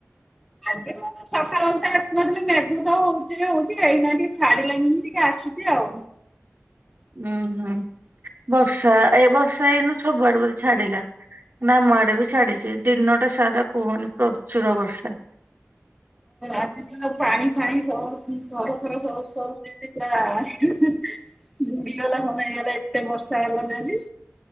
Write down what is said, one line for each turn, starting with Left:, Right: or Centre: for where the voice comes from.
Centre: ଆଜି ମୁଁ ସକାଳ ବେଳ ଟା ଆସିନଥିଲି ମେଘ ତ ହଉଛି ହଉଛି ଏଇନା ଟିକେ ଛାଡିଲାଣିି ଯେମିତି ମୁଁ ଟିକେ ଆସି ଛି ଆଉ।
Right: ଉୁଁ ହୁଁ ବର୍ଷା ଏ ବର୍ଷା ଏଇନୁ ସବୁଆଡେ ବେଧେ ଛାଡିଲା। ନା ଆମ ଆଡ଼େ ବି ଛାଡିଛି ଦିନ ଟା ସାରା କୁହନି ପ୍ରଚୁର ବର୍ଷା।
Centre: ଆଜି ପାଣି ଫାଣି ସ ଘର ଘର ସବ ସ <inaudible> ବୁଡିଗଲା କଣ ହେଇଗଲା ଏତେ ବର୍ଷା ହେଲା ଯେ ଆଜି।